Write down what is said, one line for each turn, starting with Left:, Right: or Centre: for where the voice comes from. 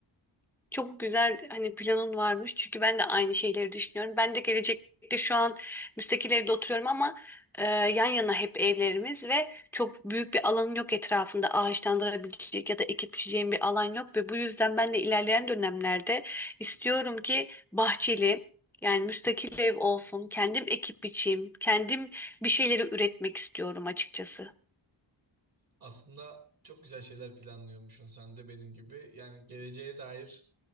Centre: Çok güzel hani planın varmış. Çünkü ben de aynı şeyleri düşünüyorum. Ben de gelecekte şu an müstakil evde oturuyorum ama e, yan yana hep evlerimiz ve çok büyük bir alanım yok etrafında ağaçlandırabilecek ya da ekip biçeceğim bir alan yok ve bu yüzden ben de ilerleyen dönemlerde istiyorum ki bahçeli yani müstakil ev olsun. Kendim ekip biçeyim. Kendim bir şeyleri üretmek istiyorum açıkçası.
Right: Aslında çok güzel şeyler planlıyormuşsun sen de benim gibi. Yani geleceğe dair